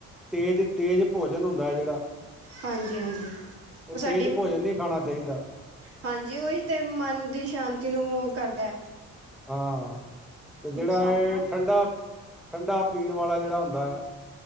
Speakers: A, in the centre; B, on the right.
A: ਤੇਜ-ਤੇਜ ਭੋਜਨ ਹੁੰਦਾ ਹੈ ਜਿਹੜਾ
B: ਹਾਂਜੀ-ਹਾਂਜੀ।
A: ਇਹ
B: ਉਹ ਸਾਡੀ
A: ਤੇਜ ਭੋਜਨ ਨੀ ਖਾਣਾ ਚਾਹੀਦਾ।
B: ਹਾਂਜੀ, ਉਹੀ ਤੇ ਮਨ ਦੀ ਸ਼ਾਂਤੀ ਨੂੰ ਉਹ ਕਰਦਾ ਐ।
A: ਹਾਂ, ਤੇ ਜਿਹੜਾ
B: ਸਾਦਾ
A: ਇਹ ਠੰਡਾ, -ਠੰਡਾ ਪੀਣ ਵਾਲਾ ਜਿਹੜਾ ਹੁੰਦਾ ਐ।